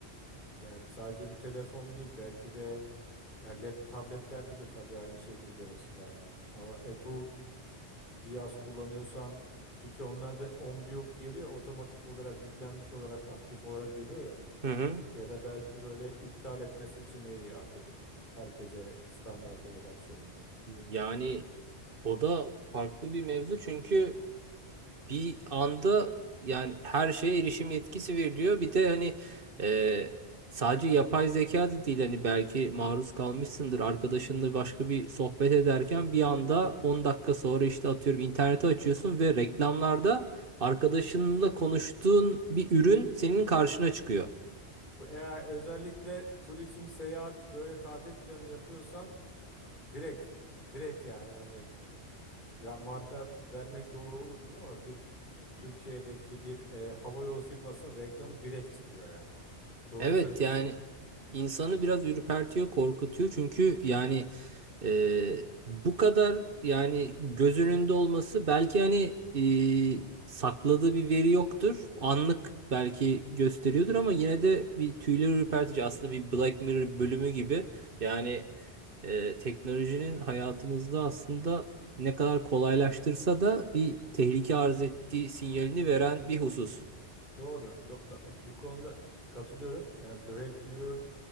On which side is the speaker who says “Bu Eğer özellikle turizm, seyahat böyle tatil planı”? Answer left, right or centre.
Left